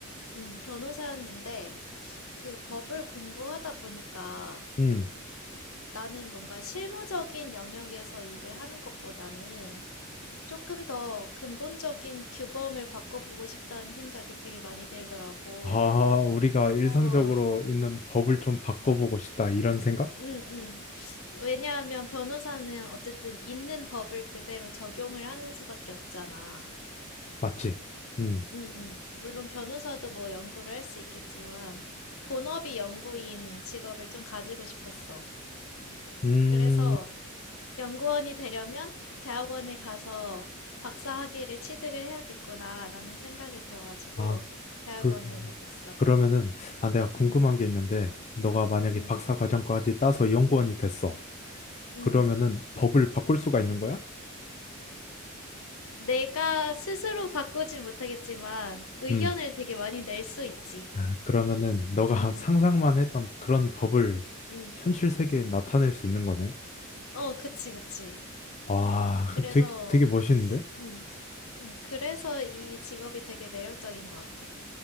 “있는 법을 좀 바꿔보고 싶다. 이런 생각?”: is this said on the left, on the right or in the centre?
Left